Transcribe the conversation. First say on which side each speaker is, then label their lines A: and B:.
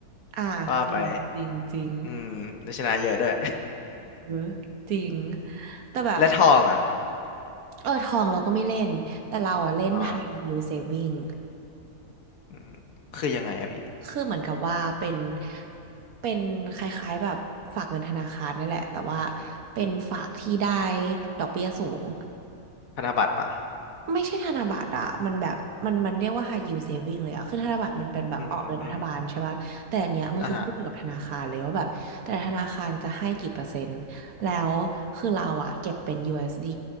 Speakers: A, on the right; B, on the left.
A: อ่าจริงจริงจริง
B: ว่าไปอืมได้ชนะเยอะด้วย
A: เออจริงแต่แบบ
B: <laughs> และทองอ่ะ
A: เออทองเราก็ไม่เล่นแต่เราอะเล่น
B: อ๋อ
A: high yield saving
B: อืมคือยังไงอะพี่
A: คือเหมือนกับว่าเป็นเป็นคล้ายๆแบบฝากเงินธนาคารนั่นแหละแต่ว่าเป็นฝากที่ได้ดอกเบี้ยสูง
B: พันธบัตรปะ
A: ไม่ใช่ธนบัตรอะมันแบบ มันมันเรียกว่า high yield saving เลยอะคือธนบัตรมันเป็นแบบออกโดยรัฐบาลใช่ป่ะแต่อันเนี้ยมันคือขึ้นอยู่กับธนาคารเลยว่าแบบแต่ละธนาคารจะให้กี่เปอร์เซ็นต์แล้วคือเราอะเก็บเป็นยูเอสดี
B: อืมอ่ะฮะ